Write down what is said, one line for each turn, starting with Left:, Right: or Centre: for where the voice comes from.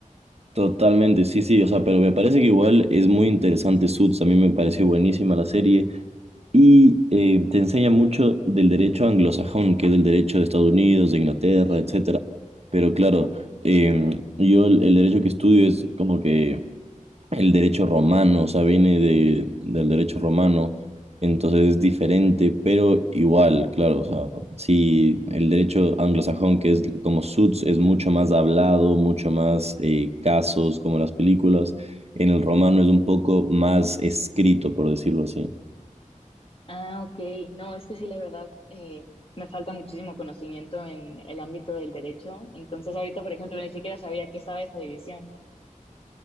Right: Totalmente, sí, sí, o sea, pero me parece que igual es muy interesante Suits, a mí me pareció buenísima la serie. y eh, te enseña mucho del derecho anglosajón, que es el derecho de Estados Unidos, de Inglaterra,
Left: Mm.
Right: etcétera. Pero claro, em, yo el, el derecho que estudio es como que el derecho romano, o sea, viene de, del derecho romano, entonces es diferente, pero igual, claro, o sea, sí, el derecho anglosajón, que es como suits, es mucho más hablado, mucho más eh, casos, como las películas. En el romano es un poco más escrito, por decirlo así.
Left: Ah, ok. No, es que sí, la verdad, eh, me falta muchísimo conocimiento en el ámbito del derecho. Entonces ahorita, por ejemplo, ni siquiera sabía que estaba esa división.